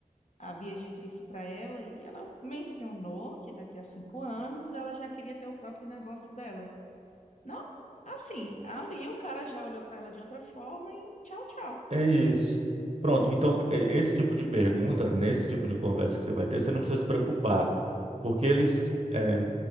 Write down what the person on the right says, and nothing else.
É isso. Pronto, então, e- esse tipo de pergunta, nesse tipo de conversa que você vai ter, você não precisa se preocupar, porque eles, é,